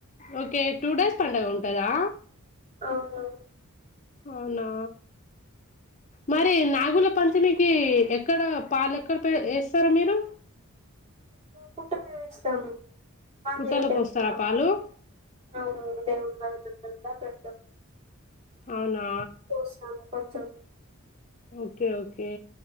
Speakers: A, on the left; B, on the right.
A: okay two days పండగ ఉంటదా
B: అవును
A: అవునా మరి నాగుల పంచమికి ఎక్కడ పాలు ఎక్కడ వేస్తారు మీరు
B: పుట్టమిదేస్తం మాహదేవి
A: పుట్టలో
B: టెంపుల్వును
A: పోస్తారా పాలు
B: దేవు పెడతా పెడతా
A: అవునా
B: <unintelligible>
A: ఓకే ఓకే